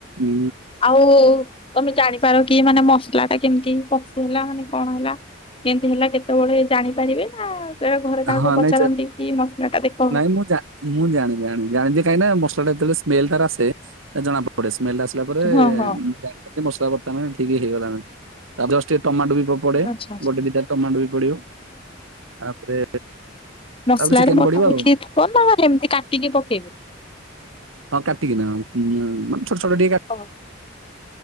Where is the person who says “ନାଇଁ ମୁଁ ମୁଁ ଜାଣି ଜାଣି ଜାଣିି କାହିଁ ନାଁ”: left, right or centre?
Right